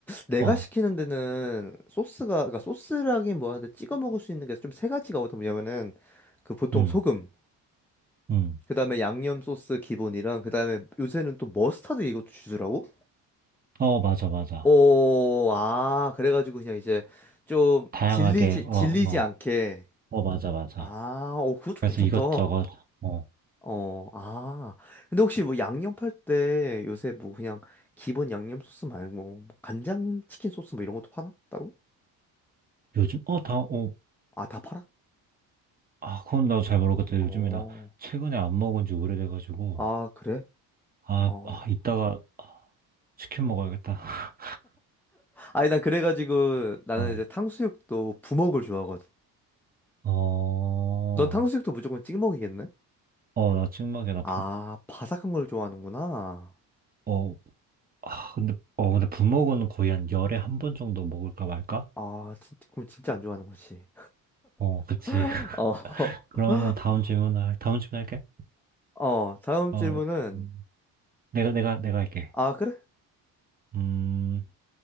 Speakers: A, in the centre; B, on the right.
A: 내가
B: 어,
A: 시키는 데는 소스가 그러니까 소스라긴 뭐하는데 찍어 먹을 수 있는 게 좀 세 가지가 거든 뭐냐면은 그 보통
B: 음,
A: 소금,
B: 음,
A: 그다음에 양념 소스 기본이랑 그다음에 요새는 또 머스타드 이것도 주더라고.
B: 어, 맞아, 맞아.
A: 오, 아, 그래가지고 그냥 이제 좀
B: 다양하게,
A: 질리지
B: 어,
A: 질리지
B: 어,
A: 않게.
B: 어, 맞아, 맞아.
A: 아, 오, 그것도
B: 그래서
A: 괜찮다.
B: 이것저것, 어,
A: 어, 아. 근데 혹시 뭐 양념할 때 요새 뭐 그냥 기본 양념 소스 말고 뭐 간장 치킨 소스 뭐 이런 것도 파나? 따로?
B: 요즘, 어, 다, 어,
A: 아, 다 팔아?
B: 아, 그건 나도 잘 모르겠다.
A: 어.
B: 요즘에 나 최근에 안 먹은 지 오래돼가지고,
A: 아, 그래?
B: 아,
A: 어.
B: 아, 이따가 아, 치킨 먹어야겠다. <laughs>
A: 아니, 난 그래가지고 나는
B: 어,
A: 이제 탕수육도 부먹을 좋아하거든.
B: 어,
A: 넌 탕수육도 무조건 찍먹이겠네?
B: 어, 나 찍먹에 나,
A: 아,
B: 부-
A: 바삭한 걸 좋아하는구나.
B: 어, 아, 근데, 어, 근데 부먹은 거의 한 열에 한 번 정도 먹을까 말까?
A: 아, 진짜, 그럼 진짜 안 좋아하는 거지.
B: 어, 그치.
A: <laughs>
B: <laughs>
A: 어, <laughs>
B: 그러면 다음 질문을, 할- 다음 질문 할게.
A: 어, 다음
B: 어,
A: 질문은,
B: 음, 내가, 내가, 내가 할게.
A: 아, 그래?
B: 음,